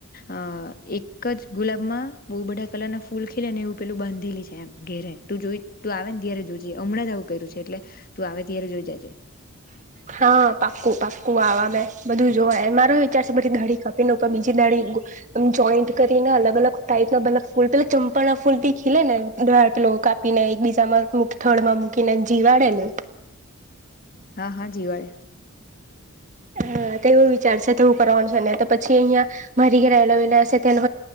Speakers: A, on the left; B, on the right.
A: અ એક જ ગુલાબમાં બહુ બધા કલર ના ફૂલ ખીલે ને એવું પેલું બાંધેલી છે એમ ઘેરે તું જોઈ તું આવે ને ત્યારે જોઈ જે હમણાં જ આવું કર્યું છે એટલે તું આવે ત્યારે જોઈ જજે
B: હા પાક્કુ પાક્કુ આવા મેં બધું જોવા મારો વિચાર છે બધી દાડી ખપીને પણ બીજી દાઢી જોઈન્ટ કરીને અલગ-અલગ ટાઈપ ફૂલ પેલા ચંપા ના ફૂલી ખીલે ને કાપીને એક બીજામાં થળમાં મૂકીને જીવાડે ને
A: હા હા જીવાળ્યા
B: હા તો એવું વિચાર છે તો હું કરવાનું છ તો પછી અહિયાં મરી ગયલાલા હશે તેનો